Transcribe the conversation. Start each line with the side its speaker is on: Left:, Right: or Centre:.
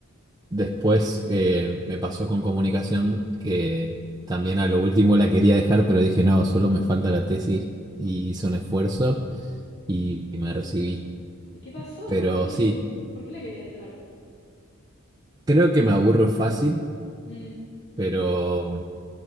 Right: después eh, me pasó con comunicación que también a lo último la quería dejar, pero dije, no, solo me falta la tesis y hice un esfuerzo y, y me recibí.
Left: ¿Y qué pasó?
Right: Pero
Left: ¿Por qué,
Right: sí,
Left: por qué la querías dejar?
Right: creo que me aburro fácil,
Left: Mm,
Right: pero